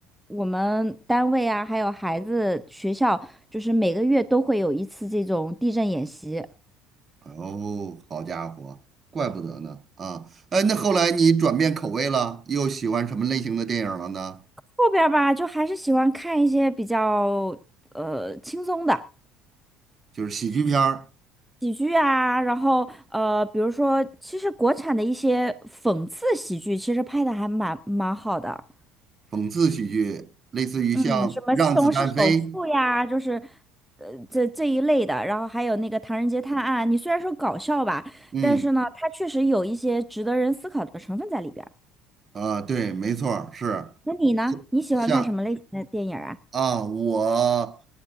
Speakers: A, in the centre; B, on the right.
A: 我们单位啊，还有孩子学校，就是每个月都会有一次这种地震演习。
B: 哦，好家伙，怪不得呢啊！哎，那后来你转变口味了，又喜欢什么类型的电影了呢？
A: 后边儿吧，就还是喜欢看一些比较呃轻松的
B: 就是喜剧片儿、
A: 喜剧啊，然后呃，比如说，其实国产的一些讽刺喜剧，其实拍的还蛮蛮好的。
B: 讽刺喜剧，类似于像《让子弹飞》。
A: 嗯，什么《西红柿首富》呀，就是，呃，这这一类的，然后还有那个《唐人街探案》，你虽然说搞笑吧，
B: 嗯。
A: 但是呢，它确实有一些值得人思考的成分在里边儿。
B: 啊，对，没错儿是
A: 那你呢？你喜欢看什么类型的电影儿啊？
B: 像啊，我